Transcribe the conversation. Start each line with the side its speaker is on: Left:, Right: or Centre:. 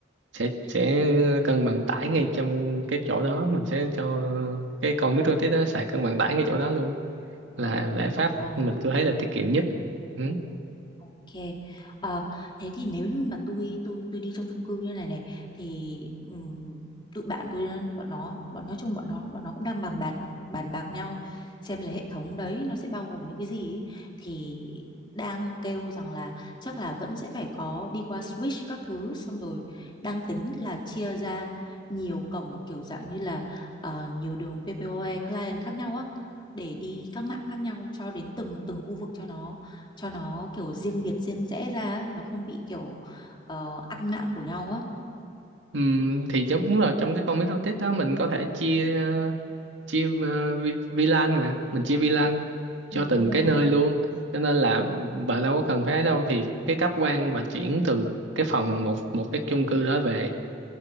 Right: sẽ sẽ cân bằng tải ngay trong cái chỗ đó mình sẽ cho cái con micro:tik đó xài cân bằng tải ngay chỗ đó luôn là giải pháp
Left: ờ
Right: mình tôi thấy là tiết kiệm nhất ừ.
Left: Ok. Ờ, thế thì nếu như mà tôi tôi tôi đi trong chung cư như này này thì ừm, tụi bạn tôi bọn nó bọn nói chung bọn nó bọn nó cũng đang bàn bạc bàn bạc nhau xem là hệ thống đấy nó sẽ bao gồm những cái gì ấy. Thì đang kêu rằng là chắc là vẫn sẽ phải có đi qua switch các thứ xong rồi đang tính là chia ra nhiều cổng kiểu dạng như là ờ, nhiều đường PPOE client khác nhau á để đi các mạng khác nhau cho đến từng từng khu vực cho nó cho nó kiểu riêng biệt riêng rẽ ra á, nó không bị kiểu ờ, ăn mạng của nhau á
Right: Ừm, thì giống đúng rồi trong cái con micro:tik đó mình có thể chia ờ, chia ờ, vi- VLAN mà mình chia VLAN cho
Left: ừ,
Right: từng
Left: đúng
Right: cái
Left: rồi
Right: nơi luôn cho nên là bà đâu có cần phải ấy đâu thì cái cáp quang và chuyển từ cái phòng một một cái chung cư đó về